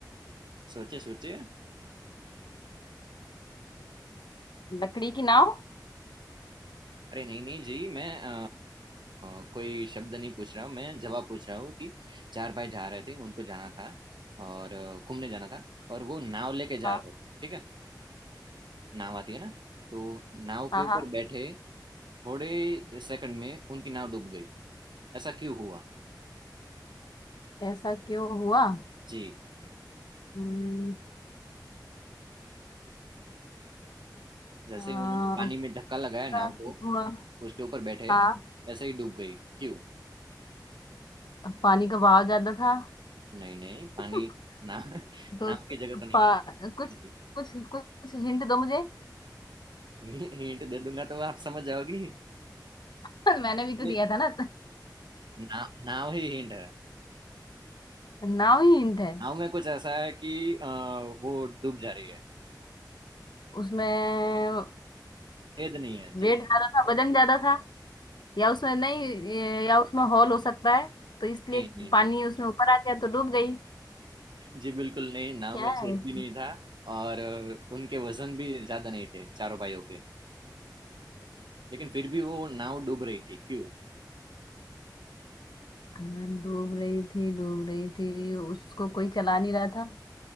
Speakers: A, on the right; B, on the left.
A: सोचे सोचे
B: लकड़ी की नाव
A: अरे नहीं नहीं जी मैं अ, अ, कोई शब्द नहीं पूछ रहा हूँ मैं जवाब पूछ रहा हूँ कि चार भाई जा रहे थे उनको जाना था और अ, घूमने जाना था और वो नाव लेके जा
B: हाँ
A: रहे थे ठीक है नाव आती है ना तो नाव
B: हाँ
A: के ऊपर
B: हाँ
A: बैठे थोड़े सेकंड में उनकी नाव डूब गई ऐसा क्यों हुआ
B: ऐसा क्यों हुआ
A: जी
B: हम्म,
A: जैसे
B: आ,
A: ही उन्होंने पानी में धक्का लगाया नाव
B: ऐसा क्यों
A: को
B: हुआ
A: उसके ऊपर बैठे
B: हाँ
A: ऐसे ही डूब गई क्यों
B: पानी का बहाव ज्यादा था
A: नहीं नहीं पानी
B: <laughs>
A: ना <laughs>
B: तो
A: नाव की जगह तो नहीं
B: पा,
A: होती
B: कुछ कुछ कुछ हिंट दो मुझे
A: जी हिंट दे दूंगा तो आप समझ जाओगी
B: <laughs> मैंने भी तो
A: अरे,
B: दिया था ना
A: ना, नाव ही हिंट है
B: नाव ही हिंट है
A: नाव में कुछ ऐसा है कि अ, वो डूब जा रही है
B: उसमें
A: छेद नहीं है जी
B: वेट ज्यादा था वजन ज्यादा था या उसमें नहीं ये- या उसमें हॉल हो सकता है तो इसलिए
A: नहीं नहीं
B: पानी
A: नहीं
B: उसमें ऊपर आ गया तो डूब गई
A: जी बिल्कुल नहीं नाव
B: क्या
A: में
B: है
A: छेद
B: इसमें?
A: भी नहीं था और अ, उनके वजन भी ज्यादा नहीं थे चारों भाइयों के लेकिन फिर भी वो नाव डूब रही थी क्यों
B: हाँ, डूब रही थी डूब रही थी उसको कोई चला नहीं रहा था